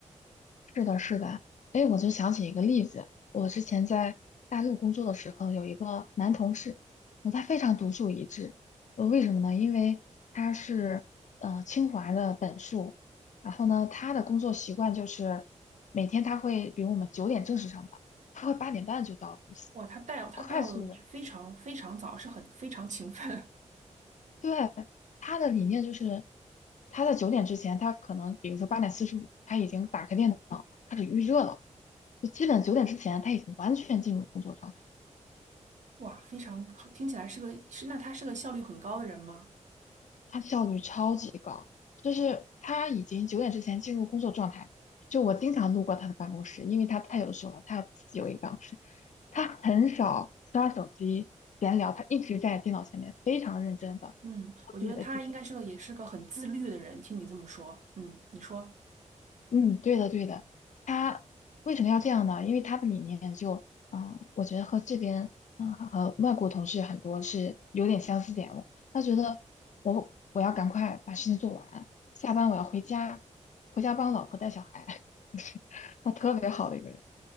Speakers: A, on the left; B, on the right.
A: 是的，是的，哎，我就想起一个例子，我之前在大陆工作的时候，有一个男同事，那他非常独树一帜，呃，为什么呢？因为他是呃清华的本硕，然后呢，他的工作习惯就是每天他会，比如我们九点正式上班，他会八点半就到公司，
B: 哇，他带他到了非常非常早，
A: 快速的。
B: 是很非常勤奋，
A: 对，他的理念就是，他在九点之前，他可能比如说八点四十五，他已经打开电脑了开始预热了，就基本九点之前他已经完全进入工作状态，
B: <laughs> 哇，非常听起来是个是那他是个效率很高的人吗？
A: 他效率超级高，就是他已经九点之前进入工作状态。就我经常路过他的办公室，因为他太优秀了，他要自己有一个办公室，他很少刷手机闲聊，他一直在电脑前面非常认真的
B: 嗯，
A: 做自己的事情。
B: 我觉得他应该是个也是个很自律的人。听你这么说，嗯，你说，
A: 嗯，对的，对的。他为什么要这样呢？因为他的理念就，嗯，我觉得和这边，嗯，和外国同事很多是有点相似点的他觉得我我要赶快把事情做完，下班我要回家，回家帮老婆带小孩。<laughs> 他特别好的一个人，